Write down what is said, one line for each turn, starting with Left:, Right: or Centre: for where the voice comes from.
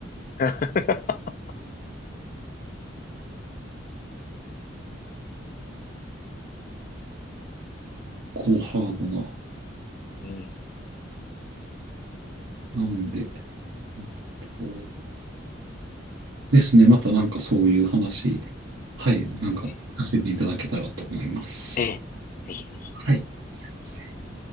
Left: <laughs> 確か
Right: こうハードな。
Left: に。うん。
Right: なんで、えっと、ですね、またなんかそういう話、はい、なんか聞かせていただけたらと思います。
Left: ええええ、ぜひぜひ。
Right: はい、すいません。